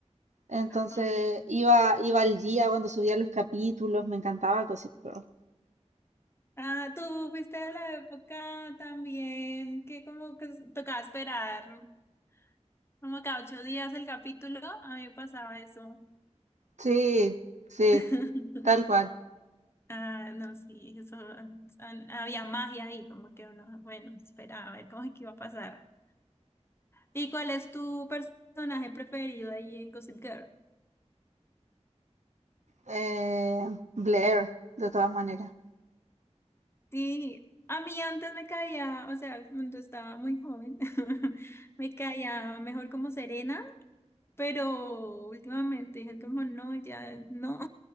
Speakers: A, on the right; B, on the left.
A: Entonces
B: Okay.
A: iba, iba al día cuando subía los capítulos, me encantaba Gossip Girl.
B: Ah, tú fuiste de la época también que como que tocaba esperar como cada ocho días el capítulo. A mí me pasaba eso.
A: Sí, sí,
B: <laughs>
A: tal cual.
B: Ah, no, sí, eso, an- había magia ahí, como que uno, bueno, esperaba a ver cómo es que iba a pasar. ¿Y cuál es tu personaje preferido ahí en Gossip Girl?
A: Eh, Blair, de todas maneras.
B: Sí, a mí antes me caía, o sea, cuando estaba muy joven, <laughs> me caía mejor como Serena, pero últimamente dije como no, ya no.